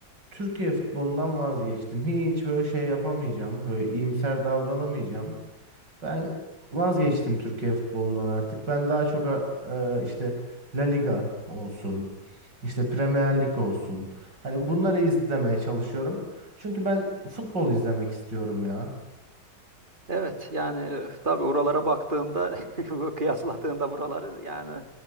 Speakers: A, on the right; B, on the right.
A: Türkiye futbolundan vazgeçtim. Hiç böyle şey yapamayacağım. Böyle iyimser davranamayacağım. Ben vazgeçtim Türkiye futbolundan artık. Ben daha çok e, işte La Liga olsun, işte Premier Lig olsun. Hani bunları izlemeye çalışıyorum. Çünkü ben futbol izlemek istiyorum ya.
B: evet yani e, tabii oralara baktığında <laughs> bu kıyasladığında buraları yani